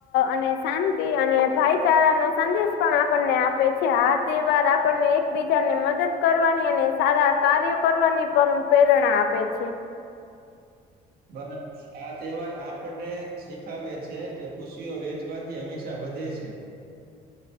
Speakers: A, on the left; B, on the right.
A: અને શાંતિ અને ભાઈચારા નો સંદેશ પણ આપણને આપ છે આ તેહેવાર આપણને એકબીજાને મદદ કરવાની અને સારા કાર્યો કરવાની પરં પ્રેરણા આપે છે.
B: બંધ <inaudible> આ તહેવાર આપને શીખાવે છે કે ખુશીઓ વેચવાથી હંમેશા વધે છે.